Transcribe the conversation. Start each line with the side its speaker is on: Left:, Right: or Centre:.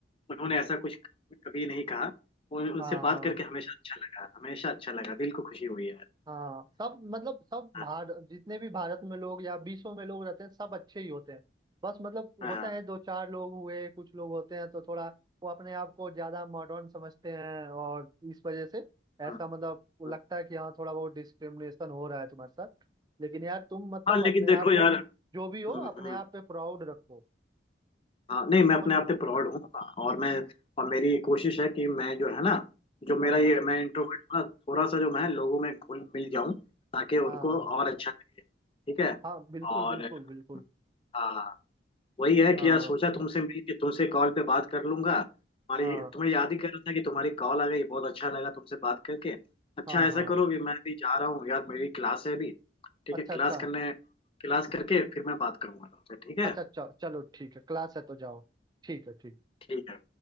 Left: उन्होंने ऐसा कुछ कभी नहीं कहा उन, उनसे
Right: हाँ
Left: बात
Right: हाँ,
Left: करके हमेशा अच्छा लगा हमेशा अच्छा लगा दिल को खुशी हुई यार
Right: हाँ सब मतलब सब
Left: हाँ
Right: भारत जितने भी भारत में लोग या विश्व में लोग रहते हैं सब अच्छे ही होते हैं बस मतलब
Left: हाँ
Right: होता
Left: हाँ
Right: है दो चार लोग हुए कुछ लोग होते हैं तो थोड़ा वो अपने आप को ज्यादा मॉडर्न समझते हैं और इस वजह से ऐसा
Left: हाँ
Right: मतलब वो लगता
Left: हाँ,
Right: है कि हाँ थोड़ा बहुत डिस्क्रिमिनेशन हो रहा है तुम्हारे साथ लेकिन यार तुम मतलब
Left: हाँ, लेकिन
Right: अपने
Left: देखो
Right: आप
Left: यार
Right: पे जो
Left: हम्म,
Right: भी हो अपने
Left: हम्म,
Right: आप पे प्राउड रखो
Left: हाँ नहीं मैं
Right: समझ
Left: अपने
Right: रहे
Left: आप
Right: हो
Left: पे प्राउड हूँ और मैं और मेरी कोशिश है कि मैं जो है ना जो मेरा
Right: हाँ
Left: ये मैं इंट्रोवर्ट हूँ ना थोड़ा सा जो मैं लोगों में घुल मिल जाऊँ ताकि उनको
Right: हाँ हाँ
Left: और अच्छा लगे ठीक है
Right: हाँ, बिल्कुल
Left: और
Right: बिल्कुल बिल्कुल
Left: हाँ वही है कि
Right: हाँ
Left: यार सोचा तुमसे मिल के तुमसे कॉल पे बात कर लूंगा तुम्हारी
Right: हाँ
Left: तुम्हें याद ही कर रहा था कि तुम्हारी कॉल आ गई बहुत अच्छा लगा तुमसे बात करके अच्छा
Right: हाँ
Left: ऐसा
Right: हाँ
Left: करो कि मैं भी जा रहा हूँ यार मेरी क्लास है अभी ठीक
Right: अच्छा
Left: है क्लास
Right: अच्छा
Left: करने क्लास करके फिर मैं बात करूंगा तुमसे ठीक है
Right: अच्छा च- चलो ठीक है क्लास है तो जाओ ठीक है ठीक
Left: ठीक है